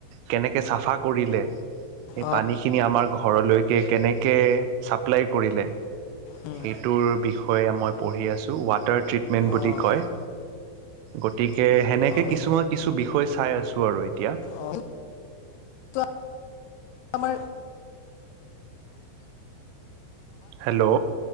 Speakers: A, on the right; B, on the left.
A: কেনেকে চাফা কৰিলে। সেই
B: অ', অ',
A: পানী খিনি আমাৰ ঘৰত। ঘৰলৈকে কেনেকে চাপ্লাই কৰিলে।
B: উম,
A: সেইটোৰ বিষয়। বিষয়ে মই পঢ়ি আছোঁ ৱাত। তাৰ ট্ৰিতমেন্ত বুলি
B: অ',
A: কয়। গোটেই। কে সেনেকে
B: অ',
A: কিছুমান কিছু বিষয় চাই আছোঁ। বাৰু এতিয়া।
B: অ', সেইটো আমাৰ।
A: হেল্ল'।